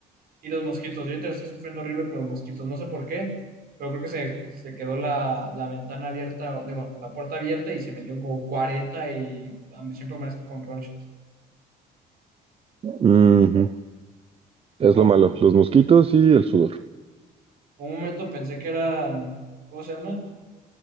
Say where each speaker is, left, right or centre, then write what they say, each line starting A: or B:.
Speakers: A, on the right; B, on the right.
A: Y los mosquitos, yo ahorita estoy sufriendo horrible con los mosquitos, no sé por qué, pero creo que se, se quedó la, la ventana abierta, o- digo, la puerta abierta y se metieron como cuarenta y a mí siempre amanezco con ronchas.
B: Ujú. Es
A: Por
B: lo malo, los mosquitos y el sudor.
A: un momento pensé que eran, ¿cómo se llama?